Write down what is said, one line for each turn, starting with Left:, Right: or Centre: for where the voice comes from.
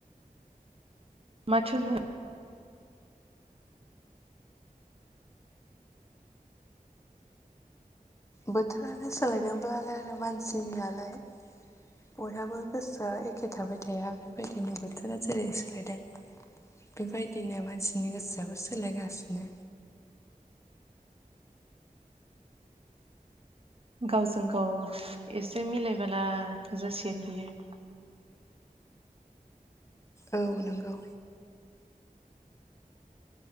Right: माथो बुंनो
Left: बोथोरानो सोलायदोंब्लालाय आरो मानसिनियालाय बयहाबो गोसोआ एखे थाबाय थाया बेबायदिनो बोथोरा जेरै सोलायदों बेबायदिनो मानसिनि गोसोआबो सोलायगासिनो।
Right: गावजों गाव एसे मिलायबोला जासिगोन बियो। <inaudible>
Left: औ नंगौ